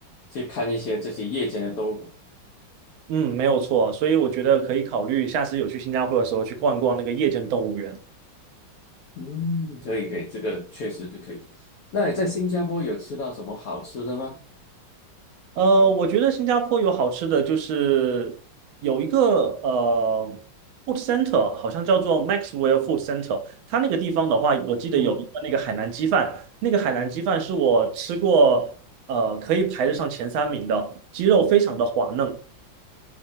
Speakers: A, on the left; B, on the right.
A: 去看一些这些夜间的动物。
B: 嗯，没有错，所以我觉得可以考虑下次有去新加坡的时候去逛一逛那个夜间动物园。
A: 嗯，可以可以，这个确实是可以。那你在新加坡有吃到什么好吃的吗？
B: 呃，我觉得新加坡有好吃的，就是有一个呃 food center，好像叫做 Maxwell Food Center。它那个地方的话，我记得有一个那个海南鸡饭，
A: 嗯，
B: 那个海南鸡饭是我吃过呃可以排得上前三名的，鸡肉非常的滑嫩，